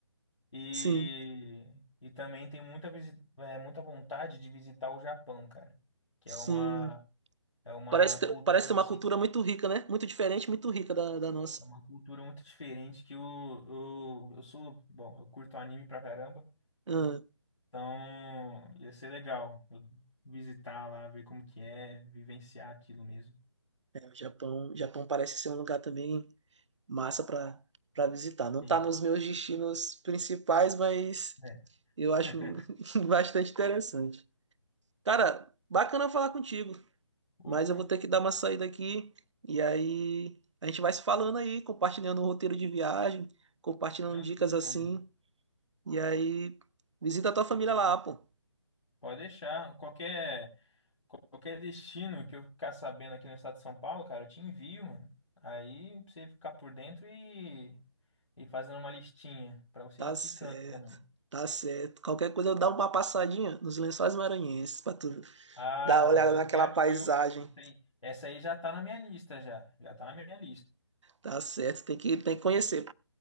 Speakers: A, on the left; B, on the right.
A: e,
B: Sim.
A: e também tenho muita, visi- é, muita vontade de visitar o Japão, cara, que
B: Sim.
A: é uma, é uma
B: Parece
A: cultura
B: ter, parece ter
A: assim,
B: uma cultura muito rica, né? Muito diferente, muito rica da, da nossa.
A: é uma cultura muito diferente que eu, eu, eu sou, bom, eu curto anime pra caramba,
B: Ah,
A: Então, ia ser legal eu visitar lá, ver como que é, vivenciar aquilo mesmo.
B: é, o Japão, o Japão parece ser um lugar também massa para para visitar. Não
A: Sim.
B: tá nos meus destinos principais, mas
A: É. <laughs>
B: eu acho <laughs> bastante interessante. Cara, bacana falar contigo,
A: Opa,
B: mas eu vou ter que dar uma saída aqui e aí a gente vai se falando aí, compartilhando o roteiro de viagem, compartilhando
A: tranquilo,
B: dicas
A: meu
B: assim,
A: amigo.
B: e aí visita a tua família lá, pô.
A: Pode deixar. Qualquer, qualquer destino que eu ficar sabendo aqui no estado de São Paulo, cara, eu te envio, mano. Aí pra você ficar por dentro e, e fazendo uma listinha pra você
B: Tá
A: ir ticando
B: certo,
A: também.
B: tá certo. Qualquer coisa eu dou uma passadinha nos Lençóis Maranhenses pra tu
A: Ah,
B: dar uma olhada
A: eu
B: naquela
A: quero,
B: paisagem.
A: viu? Isso aí. Essa aí já tá na minha lista, já. Já tá na minha lista.
B: Tá certo, tem que, tem que conhecer.